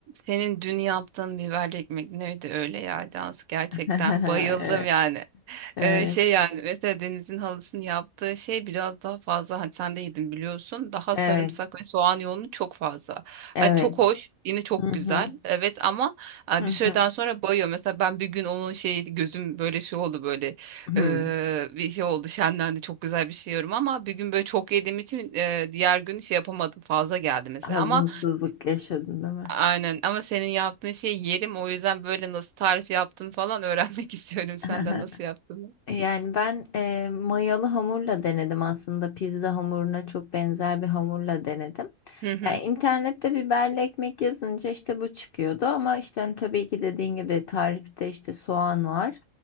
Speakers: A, on the right; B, on the left.
A: Senin dün yaptığın biberli ekmek neydi öyle ya Cansu gerçekten
B: <laughs>
A: bayıldım
B: Evet,
A: yani.
B: evet,
A: Ee, şey yani mesela Deniz'in halısının yaptığı şey biraz daha fazla hani sen de yedin biliyorsun daha
B: evet.
A: sarımsak ve soğan yoğunu çok fazla.
B: evet.
A: Hani çok hoş yine çok
B: Hı hı,
A: güzel evet ama e,
B: hı hı.
A: bir süreden sonra bayıyor. Mesela ben bir gün onun şey gözüm böyle şey oldu böyle
B: Hı.
A: e, bir şey oldu şenlendi çok güzel bir şey yiyorum ama bir gün böyle çok yediğim için e, diğer gün şey yapamadım fazla geldi mesela
B: Hazımsızlık
A: ama
B: yaşadın değil mi?
A: Aynen ama senin yaptığın şeyi yerim o yüzden böyle nasıl tarif yaptın falan öğrenmek <laughs> istiyorum senden
B: <laughs>
A: nasıl yaptığını.
B: Yani ben e, mayalı hamurla denedim aslında pizza hamuruna çok benzer bir hamurla denedim.
A: Hı hı.
B: Yani internette biberli ekmek yazınca işte bu çıkıyordu ama işte hani tabii ki dediğin gibi tarifte işte soğan var.